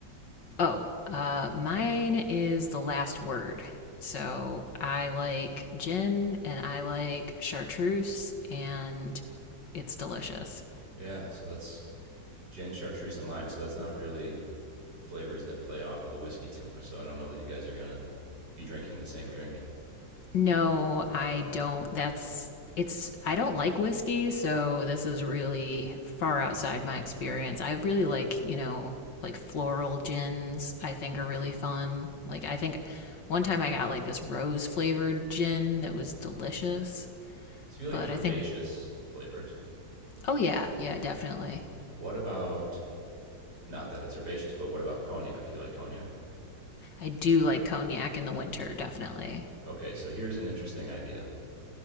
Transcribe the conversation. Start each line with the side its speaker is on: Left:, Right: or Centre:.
Left: Oh, uh, mine is the last word. So I like gin and I like chartreuse and it's delicious.
Right: Yeah, so that's gin, chartreuse, and lime. So that's not really flavors that play off of the whiskey too much. So I don't know that you guys are gonna be drinking the same drink.
Left: No, I don't. That's it's I don't like whiskey, so this is really far outside my experience. I really like, you know, like floral gins, I think are really fun. Like I think one time I got like this rose flavored gin that was delicious,
Right: So you like
Left: but
Right: herbaceous
Left: I think
Right: flavors.
Left: oh yeah, yeah, definitely.
Right: What about not that it's herbaceous, but what about cognac? Do you like cognac?
Left: I do like cognac in the winter, definitely.
Right: Okay, so here's an interesting idea.